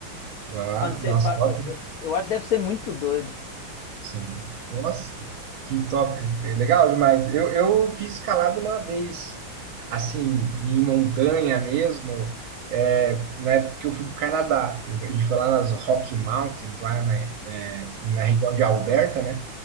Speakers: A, on the right; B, on the left.
A: Ah,
B: Quando você
A: nossa,
B: faz,
A: top.
B: eu, eu acho que deve ser muito doido.
A: Sim. Nossa, que top. É Legal demais. Eu, eu fiz escalada uma vez, assim, em montanha mesmo, é, na época que eu fui para o Canadá. Eu- a gente foi lá nas Rocky Mountains, lá né, é, na região de Alberta, né?